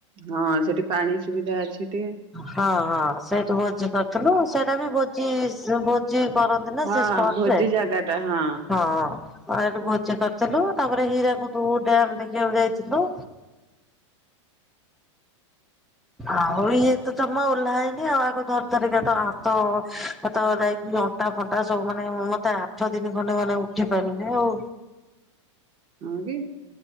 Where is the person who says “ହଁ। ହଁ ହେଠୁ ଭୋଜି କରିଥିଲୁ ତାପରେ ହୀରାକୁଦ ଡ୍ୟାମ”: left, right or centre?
Centre